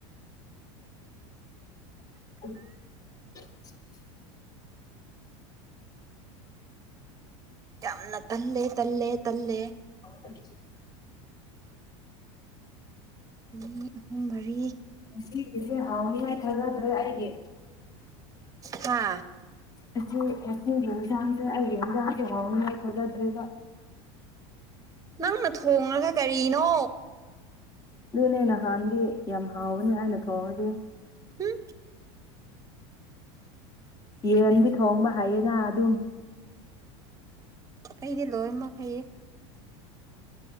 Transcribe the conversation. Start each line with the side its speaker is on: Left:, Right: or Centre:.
Left: <unintelligible>
Right: ꯌꯥꯝꯅ ꯇꯜꯂꯦ ꯇꯜꯂꯦ ꯇꯜꯂꯦ
Left: <unintelligible>
Right: ꯑꯅꯤ ꯑꯍꯨꯝ ꯃꯔꯤ
Left: ꯉꯁꯤꯒꯤꯖꯦ ꯍꯥꯎꯅꯤ ꯍꯥꯏ ꯊꯥꯖꯗ꯭ꯔꯦ ꯑꯩꯒꯤ
Right: ꯍꯥ
Left: ꯉꯁꯤ ꯉꯁꯤꯒꯤ ꯏꯟꯖꯥꯡꯖꯦ ꯑꯩꯒꯤ ꯏꯟꯖꯥꯡꯁꯦ ꯍꯥꯎꯅꯤ ꯍꯥꯏ ꯊꯖꯗ꯭ꯔꯦꯕ
Right: ꯅꯪꯅ ꯊꯣꯉꯒ ꯀꯔꯤꯅꯣ
Left: ꯑꯗꯨꯅꯦ ꯅꯍꯥꯟꯗꯤ ꯌꯥꯝ ꯍꯥꯎꯕꯅꯦ ꯑꯩꯅ ꯊꯣꯡꯉꯗꯤ
Right: ꯍꯨꯝ
Left: ꯌꯦꯟꯗꯤ ꯊꯣꯡꯕ ꯍꯥꯏꯌꯦꯅ ꯑꯗꯨꯝ
Right: ꯑꯩꯗꯤ ꯂꯣꯏꯃꯛ ꯍꯩꯌꯦ